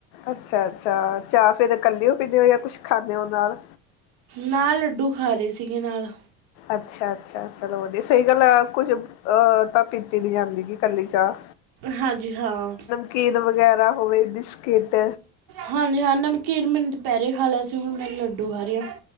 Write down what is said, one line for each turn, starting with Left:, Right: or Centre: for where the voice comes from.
Left: ਅੱਛਾ ਅੱਛਾ ਚਾਹਫੇਿਰ ਕੱਲਿਓ ਪੀਂਦੇ ਹੋ, ਜਾਂ ਕੁਛ ਖਾਂਦੇ ਹੋ ਨਾਲ।
Right: ਨਾਲ ਲੱਡੂ ਖਾ ਰਹੇ ਸੀਗੇ ਨਾਲ।
Left: ਅੱਛਾ ਅੱਛਾ ਚਲੋ ਵਧੀਆ ਸਹੀ ਗੱਲ ਆ ਕੁੱਝ ਤਾਂ ਪੀਤੀ ਨੀ ਜਾਂਦੀ ਗੀ ਕੱਲੀ ਚਾਹ।
Right: ਹਾਂਜੀ ਹਾਂ।
Left: ਖੀਰ ਵਗੈਰਾ ਹੋਵੇ ਬਿਸਕਿਟ।
Right: ਹਾਂਜੀ ਹਾਂ ਨਮਕੀਨ ਮੈਂ ਦੁਪਹਿਰੇ ਖਾ ਲਿਆ ਸੀਗਾ, ਹੁਣ ਮੈਂ ਲੱਡੂ ਖਾ ਰਹੀ।